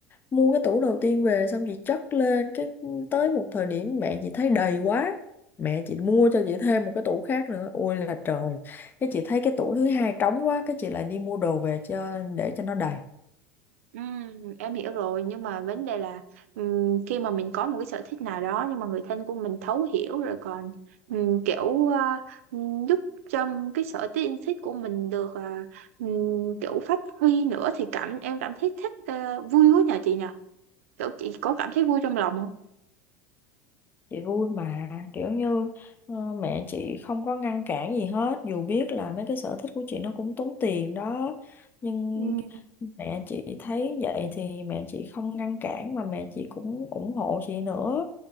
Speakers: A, on the left; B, on the right.
A: mua cái tủ đầu tiên về xong chị chất lên cái tới một thời điểm mẹ chị thấy đầy quá mẹ chị mua cho chị thêm một cái tủ khác nữa ôi là trời cái chị thấy cái tủ thứ hai trống quá cái chị lại đi mua đồ về cho để cho nó đầy
B: Ừm, em hiểu rồi nhưng mà vấn đề là ừm, khi mà mình có một cái sở thích nào đó nhưng mà người thân của mình thấu hiểu rồi còn ừm, kiểu à, ừm, giúp cho cái sở thích yêu thích của mình được à, ừm, kiểu phát huy nữa thì cảm em cảm thấy thích à, vui quá nhờ chị nhờ kiểu chị có cảm thấy vui trong lòng không
A: chị vui mà kiểu như ờ, mẹ chị không có ngăn cản gì hết dù biết là mấy cái sở thích của chị nó cũng tốn tiền đó nhưng
B: Ừm,
A: mẹ chị thấy vậy thì mẹ chị không ngăn cản mà mẹ chị cũng ủng hộ chị nữa